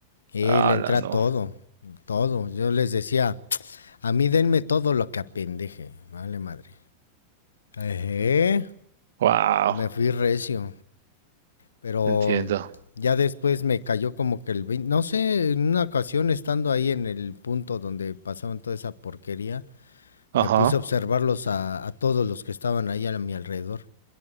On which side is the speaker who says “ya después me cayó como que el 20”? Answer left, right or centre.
Left